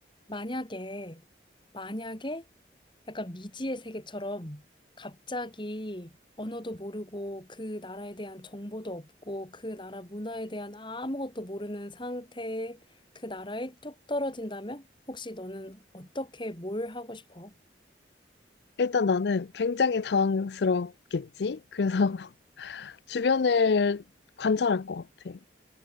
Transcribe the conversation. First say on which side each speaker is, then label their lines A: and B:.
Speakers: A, on the left; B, on the left.
A: 만약에, 만약에 약간 미지의 세계처럼 갑자기 언어도 모르고 그 나라에 대한 정보도 없고 그 나라 문화에 대한 아무것도 모르는 상태에 그 나라에 뚝 떨어진다면 혹시 너는 어떻게 뭘 하고 싶어?
B: 일단 나는 굉장히 당황스럽겠지? 그래서 <laughs> 주변을 관찰할 것 같아.